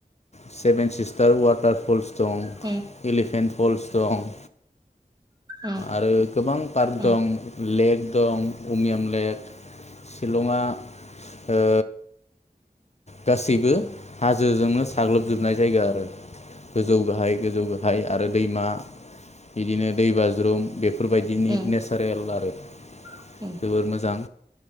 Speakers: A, on the left; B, on the right.
A: सेभेन सिस्टार वाटार पुल्स दं
B: उम
A: एलिफेन फल्स दं।
B: उम
A: आरो गोबां पार्क
B: उम
A: दं। लेक दं उमियाम लेक शिलंआ ओ गासैबो हाजोजोंनो साग्लोबजोबनाय जायो आरो गोजौ गाहाय गोजौ ओमफ्राय आरो दैमा बिदिनो दै बाज्रुम बे बेफोरबायदिनि
B: उम
A: नेचारेल आरो।
B: उम उम
A: जोबोर मोजां।